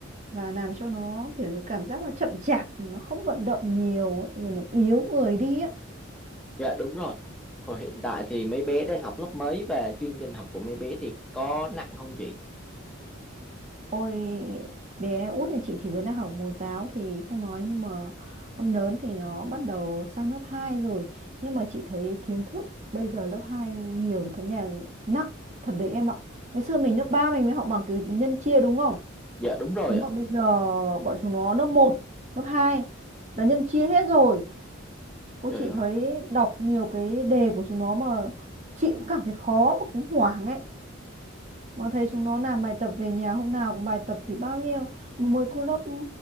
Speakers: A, on the right; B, in the centre.
A: và làm cho nó kiểu như cảm giác là chậm chạp nó không vận động nhiều ấy, rồi nó yếu người đi ấy.
B: Dạ, đúng rồi. Rồi hiện tại thì mấy bé đang học lớp mấy và chương trình học của mấy bé thì có nặng không chị?
A: Ôi bé út nhà chị thì mới đang học mẫu giáo thì không nói nhưng mà con lớn thì nó bắt đầu sang lớp 2 rồi nhưng mà chị thấy kiến thức bây giờ lớp 2 nhiều thật nhà nặng thật đấy em ạ ngày xưa mình lớp 3 mình mới học bằng kiểu nhân chia đúng không
B: Dạ, đúng rồi
A: thế mà
B: ạ.
A: bây giờ bọn chúng nó lớp một lớp 2 là nhân chia hết rồi ôi
B: Trời
A: chị
B: ơi,
A: thấy đọc nhiều cái đề của chúng nó mà chị cũng cảm thấy khó mà cũng hoảng ấy mà thấy chúng nó làm bài tập về nhà hôm nào cũng bài tập thì bao nhiêu mà mới cô lớp